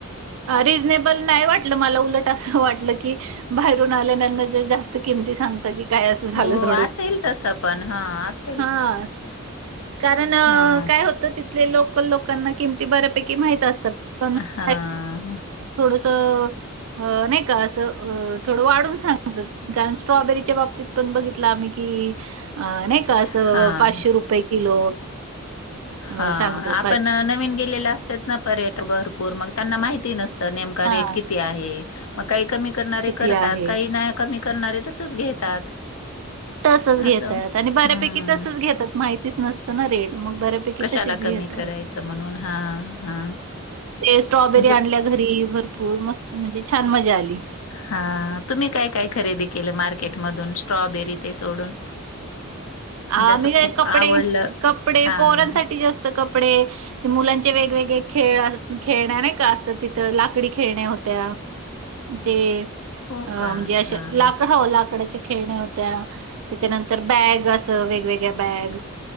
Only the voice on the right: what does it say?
रिजनेबल नाही वाटलं मला उलट असं वाटलं की बाहेरून आल्याल्याना जास्त किमती सांगता की काय असं झालं
हा, कारण
काय होत तिथले लोकल लोकांना किमती बऱ्यापैकी माहिती असतात पण <inaudible>
का थोडस अ नाय का असं थोडं वाढून सांगतात कारण स्ट्रॉबेरीच्या बाबतीत पण बघितलं आम्ही की अ नाही का असं
पाचशे रुपये किलो अ,
सांगतात
हां,
किती
आहे?
तसच घेतात
आणि बऱ्यापैकी
तसच घेतात माहितीच नसतं ना रेट मग बऱ्यापैकी तशीच
घेतात.
ते स्ट्रॉबेरी
आणल्या घरी भरपूर मस्त म्हणजे छान मजा आली.
आम्ही
काय
कपडे
कपडे
पोरांसाठी जास्त कपडे मुलांचे वेगवेगळे खेळ खेळण्या नाही का, असतं तिथं लाकडी खेळण्या होत्या. ते,
अ
म्हणजे अशा
लाकड हो लाकडाच्या खेळण्या होत्या. तेच्यानंतर बॅग अस वेगवेगळ्या बॅग